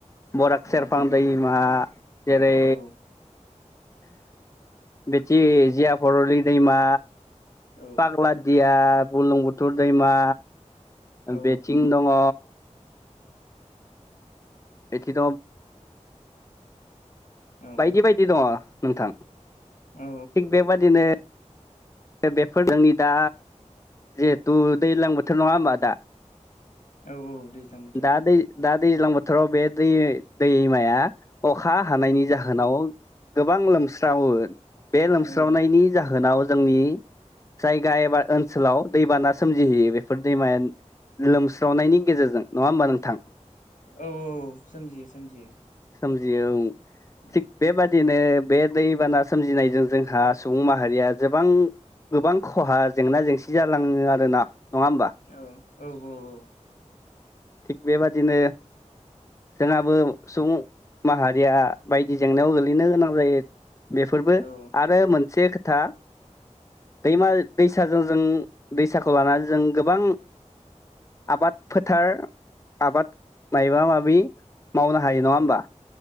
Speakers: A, on the left; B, on the left.
A: बराग
B: औ
A: सेरफां दैमा जेरै
B: औ
A: बेथि जियाभरलि दैमा
B: औ
A: पाग्लादिया बुरलुंबुथुर दैमा
B: औ
A: बेथिं दङ बेखिनियाव
B: औ
A: बायदि बायदि दङ नोंथां थिग
B: औ
A: बेबादिनो बेफोर नोंनि दा जिहेथु दैज्लां बोथोर नङा होनबा दा
B: औ औ दैज्लां बोथोर
A: दा दै दा दैज्लां बोथोराव बे दै दैमाया अखा हानायनि
B: औ
A: जाहोनाव गोबां लोमस्रावो बे लोमस्रावनायनि
B: औ
A: जाहोनाव जोंनि जायगा एबा ओनसोलाव दैबाना सोमजिहैयो बेफोर दैमाया लोमस्रावनायनि गेजेरजों नङा होमबा नोंथां
B: औ औ सोमजियो सोमजियो
A: सोमजियो औ
B: औ
A: थि बे बादि दिननो बे दैबाना सोमजिनायजों जोंहा सुबुं माहारिया गोबां गोबां खहा जेंना जेंसि जालाङो आरोना। नङा होमबा
B: औ औ-औ-औ
A: थिग बेबादिनो जोंहाबो सुबुं माहारिया बायदि जेंनायाव गोलैनो गोनां जायो। बेफोरबो
B: औ
A: आरो मोनसे खो था दैमा -दैसा जों-जों दैसाखौ लानान जों गोबां आबाद फोथार आबाद माइबा माबि मावनो हायो नङा
B: औ
A: होमबा?